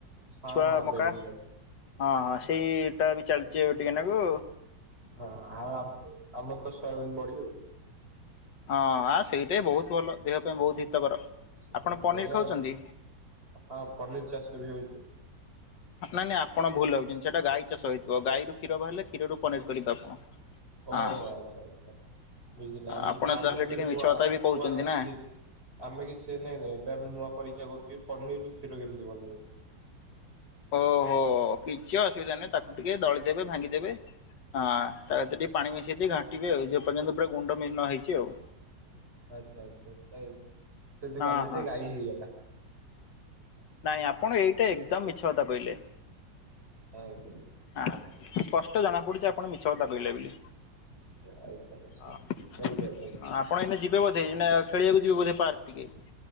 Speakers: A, on the right; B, on the left.
A: ହଁ
B: ଛୁଆ
A: ହଁ ବେବି
B: ମକା ହଁ ହଁ ସେଇଟା ବି ଚାଲିଛି ଟିକେନାକୁ
A: ହଁ ଆଉ ଆମର ତ ଶୟବିନ ବଢି ଆଉ।
B: ହଁ ସେଇଟା ବହୁତ ଭଲ ଦେହ ପାଇଁ ବହୁତ ହିତକର।
A: ସେ
B: ଆପଣ ପନିର
A: ବଢିଆ
B: ଖାଉଛନ୍ତି?
A: ହଁ ପନିର ଚାଷ ବି ହଉଛି।
B: ନାଇଁ ନାଇଁ ଆପଣ ଭଲାଗାବୁଛନ୍ତି ସେଇଟା ଗାଈ ଚାଷଇଥିବ ଗଈ କ୍ଷର ବାହାରିଲେ କ୍ଷୀରୁ ପନିର କରିବେ ଆପଣ।
A: ଓହୋ
B: ହଁ
A: ଆଚ୍ଛା ଆଛା ବୁଝିଲା
B: ଆପଣ
A: ଆମେ
B: ତାହେଲେ
A: ଏବେ
B: ଟିକେ
A: ନୂଆ
B: ମିଛ କଥା
A: ନୂଆ
B: ବି କହୁଛନ୍ତି
A: କିଛି
B: ନା।
A: ଆମେ କିଛି ନାଇଁ ନହି ଏବେ ଆମେ ନୂଆ ପରୀକ୍ଷା କରୁଥିଲେ ପର୍ ନି ରୂପକ୍ଷିଟ କେନ୍ଦ୍ରବର୍ଣ ରକ୍ଷେ
B: ଓହୋ କିଛି ଅସୁବିଧା ନାହିଁ, ତାକୁ ଟିକେ ଦଳିଦେବେ ଭାଙ୍ଗିଦେବେ ହଁ ତାରେ ଟିକେ ପାଣି ମିଶେଇ ଘାଣ୍ଟିବେ ଆଉ ଯେ ପର୍ଯ୍ୟନ୍ତ ପୁରା ଗୁଣ୍ଡ ବିହନ ହେଇଛି ଆଉ।
A: ଆଚ୍ଛା ଆଚ୍ଛା ସେଦି
B: ହଁ
A: କିଲ
B: ହଁ
A: ଯେ ଗାଈ ହେଇଗଲା।
B: ନାଇଁ ଆପଣ ଏଇଟା ଏକଦମ ମିଛ କଥା କାଇଲେ?
A: ଆଜ୍ଞା।
B: ହ
A: ଆଉ
B: ସ୍ପଷ୍ଟ ଜଣା ପଡୁଛି, ଆପଣ ମିଛ କଥା କହିଲେ ବୋଲି।
A: <unintelligible>
B: ହଁ
A: ଏମିତି କଥା କି
B: ଆପଣ ଏଇ ଯିବେ ବୋଧେ,
A: ହଁ।
B: ଖେଳିବାକୁ ଯିବେ ବୋଧେ ପାର୍କ ଟିକେ?